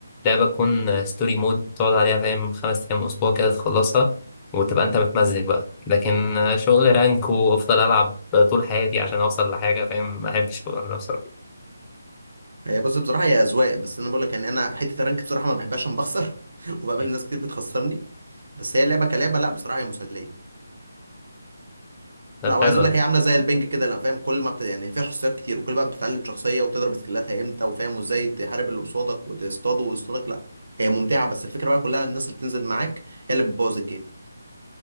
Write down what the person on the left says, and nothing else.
لعبه تكون ستوري مود تقعد عليها فاهم خمس ايام اسبوع كده تخلصها وتبقى انت متمزج بقى لكن شغل رانك وافضل العب طول حياتي عشان اوصل لحاجه فاهم ما بحبش الشغل ده بصراحه
<laughs>
ده
حلو